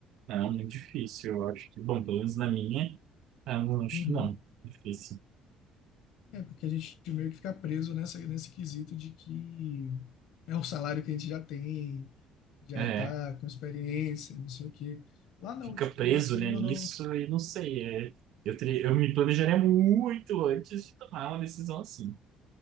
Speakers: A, on the right; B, on the left.
A: não, muito difícil, eu acho que, bom, pelo menos na minha, ah, não, acho
B: Uhum.
A: que não, difícil.
B: É porque a gente meio que fica preso nessa, nesse quesito de que é um salário que a gente já tem, já
A: É,
B: tá com experiência, não sei o quê. Lá não,
A: fica
B: tipo,
A: preso,
B: lá querendo
A: né, nisso
B: ou não,
A: e não sei. é, eu, teria- eu me planejaria muito antes de tomar uma decisão assim.